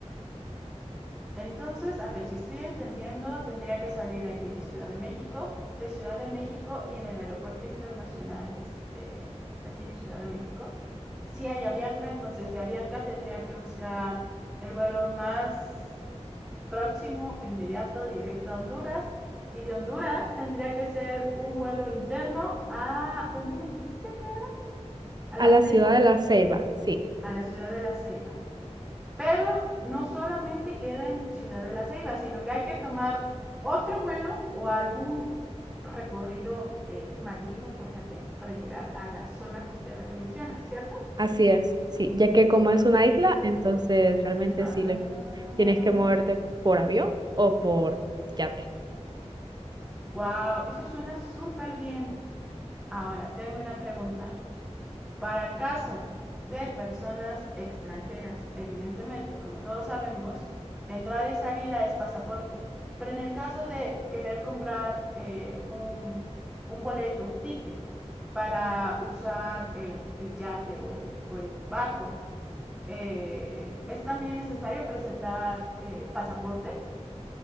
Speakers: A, in the centre; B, on the right.
A: Entonces, a ver, si estoy entendiendo, tendría que salir aquí de Ciudad de México, de Ciudad de México y en el aeropuerto internacional, este, que está aquí en Ciudad de México, si hay Avianca, entonces de Avianca tendría que buscar el vuelo más próximo, inmediato, directo a Honduras. Y de Honduras tendría que ser un vuelo interno a, ¿dónde me dijiste que? A
B: A
A: La
B: la
A: Ceiba,
B: ciudad de La Ceiba, sí.
A: a la ciudad de La Ceiba. Pero no solamente queda en Ciudad de la Ceiba, sino que hay que tomar otro vuelo o algún recorrido eh, marítimo por yate para llegar a la zona costera que mencionas, ¿cierto?
B: Así es, sí, ya que como es una isla, entonces realmente
A: Ah,
B: sí le, tienes que moverte por avión o por yate.
A: wow, eso suena súper bien. Ahora tengo una pregunta. Para el caso de personas extranjeras, evidentemente, como todos sabemos, entrada y salida es pasaporte. Pero en el caso de querer comprar eh, un, un, boleto, un ticket para usar el, el yate o el, o el barco, eh, ¿es también necesario presentar eh, pasaporte?